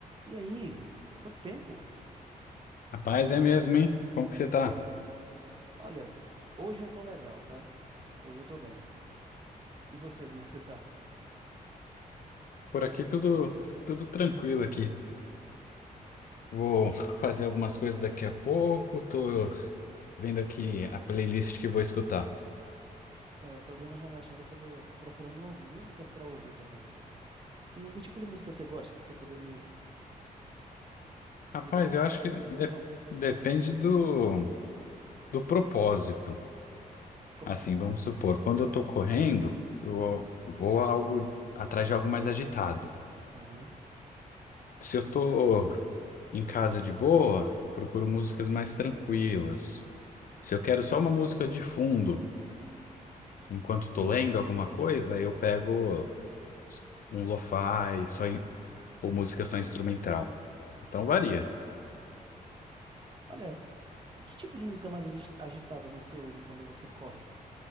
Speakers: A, on the right; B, on the left.
A: E aí? Quanto tempo?
B: Rapaz, é mesmo, hein? Como que você tá?
A: Olha, hoje eu tô legal, tá? Hoje eu tô bem. E você, como é que você tá?
B: Por aqui tudo tudo tranquilo aqui. Vou fazer algumas coisas daqui a pouco. Tô vendo aqui a playlist que vou escutar.
A: É, eu tô dando uma relaxada, eu tava procurando umas músicas pra ouvir também. Que, que tipo de música você gosta, pra você poder me,
B: Rapaz,
A: me dar um-
B: eu acho
A: uma recomendação?
B: que de- depende do, do propósito.
A: Como
B: Assim,
A: assim?
B: vamos supor, quando eu tô correndo, eu vou a algo atrás de algo mais agitado.
A: Uhum.
B: Se eu tô em casa de boa, eu procuro músicas mais tranquilas. Se eu quero só uma música de fundo, Enquanto tô lendo alguma coisa, aí eu pego um lo-fi, só in- ou música só instrumental. Então varia.
A: Olha, que tipo de música mais agi- agitada você ouve quando você corre?